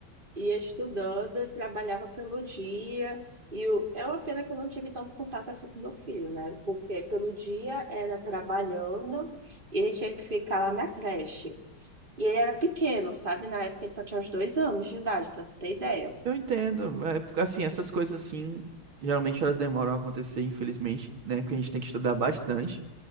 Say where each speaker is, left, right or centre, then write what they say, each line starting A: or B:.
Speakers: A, on the right; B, on the right.
A: ia estudando, e trabalhava pelo dia, e eu, é uma pena que eu não tive tanto contato assim com meu filho, né? Porque pelo dia era trabalhando, e ele tinha que ficar lá na creche. E ele era pequeno, sabe? Na época ele só tinha uns dois anos de idade, para tu ter ideia.
B: Eu entendo. É, porque, assim, essas coisas assim, geralmente elas demoram a acontecer, infelizmente, né? Porque a gente tem que estudar bastante.